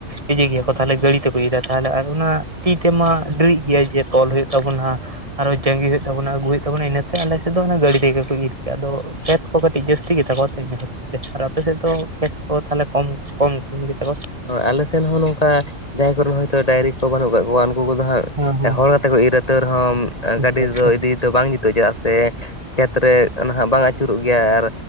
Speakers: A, on the right; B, on the left.
A: ᱤᱡᱟᱹᱭ ᱜᱮᱭᱟ ᱠᱚ ᱛᱟᱦᱞᱮ ᱜᱟᱹᱲᱤ ᱛᱮᱠᱚ ᱤᱫᱟ ᱛᱟᱦᱞᱮ ᱟᱨ ᱚᱱᱟ ᱛᱤ ᱛᱮᱢᱟ ᱰᱮᱨᱤᱜ ᱜᱮᱭᱟ ᱡᱮ ᱛᱚᱞ ᱦᱩᱭᱩᱜ ᱛᱟᱵᱚᱱᱟ᱾ ᱟᱨᱚ ᱡᱟᱸᱜᱤ ᱦᱩᱭᱩᱜ ᱛᱟᱵᱚᱱᱟ ᱟᱜᱩ ᱦᱩᱭᱩᱜ ᱛᱟᱵᱚᱱᱟ ᱤᱱᱟᱹᱛᱮ ᱟᱞᱮᱥᱮᱫ ᱫᱚ ᱚᱱᱟ ᱜᱟᱹᱰᱤ ᱛᱮᱜᱮ ᱠᱚ ᱤᱨ ᱠᱮᱭᱟ ᱟᱫᱚ ᱠᱷᱮᱛ ᱠᱚ ᱠᱟᱹᱴᱤᱡ ᱡᱟ. ᱥᱛᱤ ᱜᱮᱛᱟᱠᱚᱣᱟ ᱛᱚ ᱤᱱᱟ ᱠᱷᱟᱹᱛ ᱛᱮ ᱟᱨ ᱟᱯᱮ ᱥᱮᱫ ᱫᱚ ᱠᱷᱮᱛ ᱠᱚ ᱛᱟᱦᱞᱮ ᱠᱚᱢ-ᱠᱚᱢ ᱠᱚᱢ ᱜᱮᱛᱟ ᱠᱚ?
B: ᱦᱳᱭ ᱟᱞᱮ ᱦᱚᱸ ᱱᱚᱝᱠᱟ ᱡᱟᱦᱟᱸᱟᱭ ᱠᱚᱨᱮᱱ ᱦᱚᱭᱛᱚ ᱰᱟᱭᱨᱤ ᱠᱚ ᱵᱟᱹᱱᱩᱜ ᱟᱠᱟᱫ ᱠᱚᱣᱟ ᱩᱱᱠᱩ ᱠᱚᱫᱚ ᱦᱟᱸᱜ
A: ᱦᱮᱸ ᱦᱮᱸ
B: ᱦᱚᱲ ᱠᱟᱛᱮ ᱠᱚ ᱤᱨᱟ ᱛᱟᱹᱣ ᱨᱮᱦᱚᱸ
A: ᱟᱪᱪᱷᱟ ᱟᱪᱪᱷᱟ
B: ᱜᱟᱹᱰᱤ
A: ᱦᱮᱸ
B: ᱫᱚ ᱤᱫᱤ ᱫᱚ ᱵᱟᱝ ᱡᱩᱛᱩᱜᱼᱟ ᱪᱮᱫᱟᱜ ᱥᱮ ᱠᱷᱮᱛ ᱨᱮ ᱱᱟᱦᱟᱜ ᱵᱟᱝ ᱟᱹᱪᱩᱨᱚᱜ ᱜᱮᱭᱟ ᱟᱨ